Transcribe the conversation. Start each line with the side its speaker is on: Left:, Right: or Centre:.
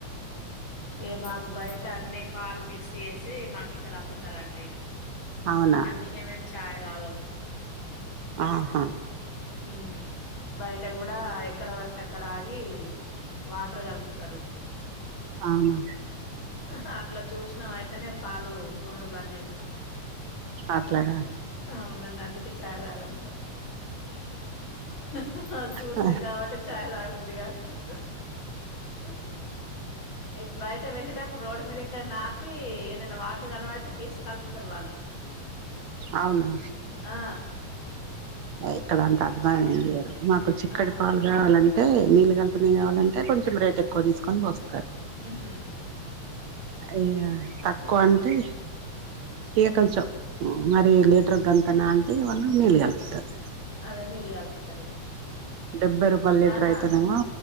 Left: ఏ మాకు బయట అన్నీ పాలు మిక్స్ చేసి మాకిక్కడ అమ్ముతరు అండి.
Right: అవునా
Left: అందికే మేం ఛాయ్ తాగం.
Right: ఆహా
Left: ఉహ్ బయట కూడా ఎక్కడ పడితే అక్కడ ఆగి వాటర్ కలుపుతారు.
Right: అవునా
Left: హ్అహ్ హ అట్లా చూసినాం అయితేనే పాలు. కొనుడు బంద్ చేసినాం
Right: అట్లానా
Left: అవునం. నందుకే ఛాయ్ తాగా అంత హహ హా చూసినాం
Right: ఆ
Left: కాబట్టే ఛాయ్ తాగబుద్దిగాద్. హ్ హ్ హ్ ఏ బయ్ తే వెళ్ళేటప్పుడు రోడ్ మీద ఎక్కడన్నా ఆపీ. ఏడ్నన్న వాటర్ కనబడితే తీస్ కల్పతరు వాళ్ళు
Right: అవునా
Left: ఆ
Right: ఇక్కడంతా అద్వానం ఏం చేయరు. మాకు చిక్కటి
Left: ఆ
Right: పాలు కావాలని. తే నీళ్ళు కల్పనివి కావాలంటె కొంచెం రేట్ ఎక్కువ తీసుకొన్ పోస్త
Left: ఉహూ
Right: ఇగా తక్కువ అంటే, ఇగ కొంచెం, మరీ లీటర్ గంతనా అంటే ఇగ వాళ్ళు నీళ్ళు గల్ప తర్
Left: అదే నీళ్ళు కలుపుతారు.
Right: డెబ్భై రూపాల్ లీటర్
Left: మన
Right: అయితే నెమో